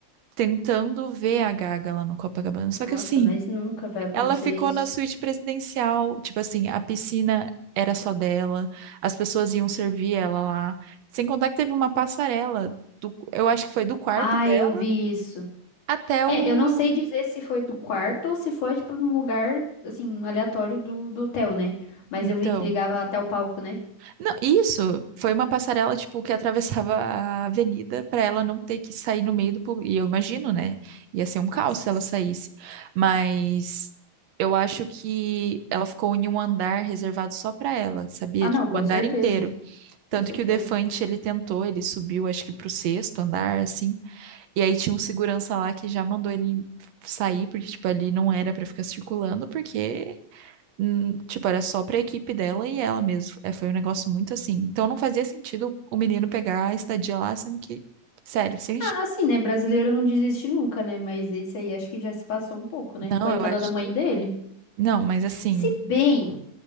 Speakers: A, on the right; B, on the left.
A: tentando ver a Gaga lá no Copacabana. Só
B: Nossa,
A: que assim,
B: mas nunca vai acontecer
A: ela ficou
B: isso.
A: na suíte presidencial, tipo assim, a piscina era só dela, as pessoas iam servir ela lá. Sem contar que teve uma passarela do, eu acho que foi do quarto
B: Ah,
A: dela
B: eu vi isso.
A: até
B: É,
A: o
B: eu não sei dizer se foi do quarto ou se foi, tipo, num lugar, assim, aleatório do, do hotel, né? Mas
A: Então,
B: eu vi que ligava até o palco, né?
A: não, isso foi uma passarela tipo que atravessava a avenida para ela não ter que sair no meio do público. E eu imagino, né? Ia ser um caos
B: As-
A: se ela saísse. Mas eu acho que ela ficou em um andar reservado só para ela, sabia?
B: Ah, não,
A: Tipo,
B: com
A: o andar
B: certeza.
A: inteiro. Tanto
B: Com certeza.
A: que o Defante, ele tentou, ele subiu, acho que pro sexto andar, assim. E aí tinha um segurança lá que já mandou ele sair, porque, tipo, ali não era pra ficar circulando, porque, hum, tipo, era só pra equipe dela e ela mesmo. É, foi um negócio muito assim. Então não fazia sentido o menino pegar a estadia lá, sendo que, sério, sem.
B: Ah,
A: ch-
B: assim, né? Brasileiro não desiste nunca, né? Mas esse aí acho que já se passou um pouco, né?
A: Não,
B: Coitada
A: eu acho
B: da mãe
A: que.
B: dele.
A: Não, mas assim.
B: Se bem